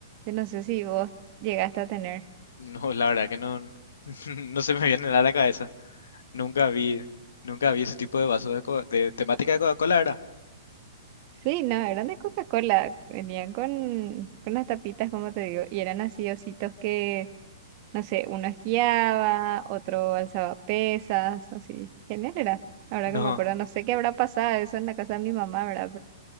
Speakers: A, on the right; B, on the left.
A: Yo no sé si vos llegaste a tener.
B: No, la verdad que no, <laughs> no se me viene nada a la cabeza. Nunca vi, nunca vi ese tipo de vasos de, co- de temática de Coca-Cola, ¿verdad?
A: Sí, no, eran de Coca-Cola. Venían con, con las tapitas, como te digo, y eran así ositos que, no sé, uno esquiaba, otro alzaba pesas, así. Genial era. Ahora
B: No.
A: que me acuerdo, no sé qué habrá pasado eso en la casa de mi mamá, ¿verdad?